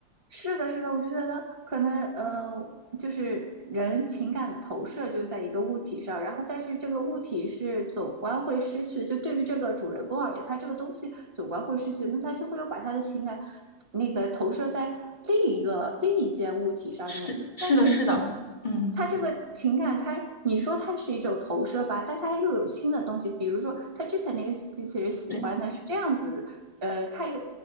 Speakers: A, on the right; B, on the left.
A: 是的，是的，我就觉得可能呃，就是人情感的投射就是在一个物体上，然后但是这个物体是总观会失去的，就对于这个主人公而言，他这个东西总观会失去，那他就会有把他的情感那个投射在另一个另一件物体上面，
B: 是是的，
A: 但是
B: 是的，嗯，
A: 他这个情感，他你说它是一种投射吧，但它又有新的东西，比如说他之前那个机器人喜欢的是这样子呃，
B: 对
A: 他有